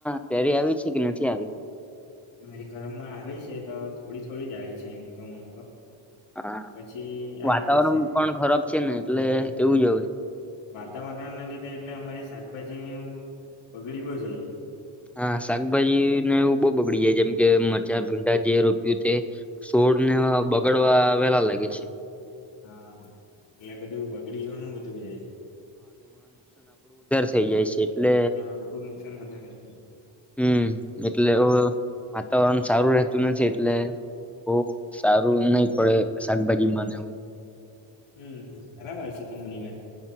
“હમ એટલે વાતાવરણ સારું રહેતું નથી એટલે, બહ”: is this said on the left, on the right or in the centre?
Centre